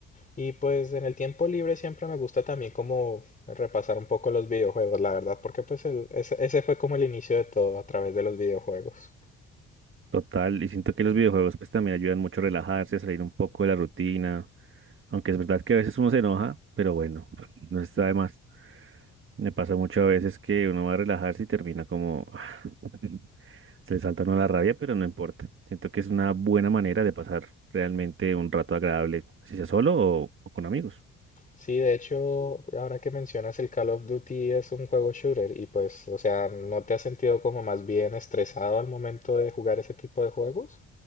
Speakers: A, on the left (about 25°); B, on the right (about 40°).
A: Y pues en el tiempo libre siempre me gusta también como repasar un poco los videojuegos, la verdad, porque pues el- ese, ese fue como el inicio de todo a través de los videojuegos.
B: Total, y siento que los videojuegos pues también ayudan mucho a relajarse, a salir un poco de la rutina, aunque es verdad que a veces uno se enoja, pero bueno, <laughs> no está de más. Me pasa mucho a veces que uno va a relajarse y termina como <laughs> se le salta a uno la rabia, pero no importa. Siento que es una buena manera de pasar realmente un rato agradable, si sea solo o o con amigos.
A: Sí, de hecho, ahora que mencionas el Call of Duty es un juego shooter y pues, o sea, ¿no te has sentido como más bien estresado al momento de jugar ese tipo de juegos?